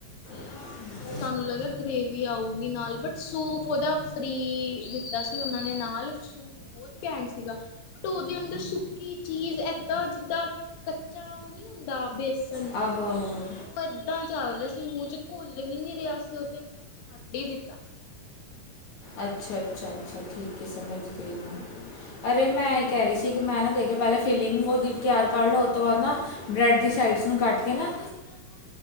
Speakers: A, on the left; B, on the left.
A: ਤੇ। ਨਾ
B: <unintelligible>
A: ਹਾਏ ਸਾਨੂੰ ਲੱਗਿਆ ਗਰੇੇਵੀ ਆਊਗੀ ਨਾਲ ਬਟ ਸੂਪ ਉਹਦਾ ਫ੍ਰਰੀ ਦਿੱਤਾ ਸੀ। ਉਹਨਾ ਨੇ ਨਾਲ ਸੂਪ। ਕੈਂਟ ਸਿਗਾ। ਬਟ ਉਹਦੇ ਅੰਦਰ ਸੁੱਕੀ ਚੀਜ਼ ਏਦਾਂ ਜਿੱਦਾਂ ਕੱਚਾ ਉਹ ਨੀ ਹੁੰਦਾ। ਹੁੰਦਾ ਬੇਸਣ
B: ਆਹੋ ਆਹੋ ਆਹੋ।
A: ਉਹ। ਦ ਚੱਲ ਰਿਹਾ ਸੀ ਮੂੰਹ ਚ ਘੁੱਲ ਵੀ ਨੀ ਰਿਹਾ ਸੀ, ਉਹ ਤੇ ਮੈਨੂੰ ਛੱਡ ਹੀ ਦਿੱਤਾ।
B: ਅੱਛਾ ਅੱਛਾ ਅੱਛਾ ਠੀਕ ਹੈ, ਸਮਝ
A: ਹਮ
B: ਗਈ ਮੈਂ। ਵੇ ਮੈਂ ਇਹ ਕਹਿ ਰਹੀ ਸੀ ਕਿ, ਮੈਂ ਨਾ ਦੇਖਿਆ ਪਹਿਲੇ ਫਿਲਿੰਗ ਉਹਦੀ ਤਿਆਰ ਕਰ ਲਓ ਉਹ ਤੋਂ ਬਾਅਦ ਨਾ। ਬਰੈਡ ਦੀ ਸਾਈਡਸ ਨੂੰ ਕੱਟ ਕੇ ਨਾ
A: ਤੁਸੀਂ ਤਾਂ ਨਾ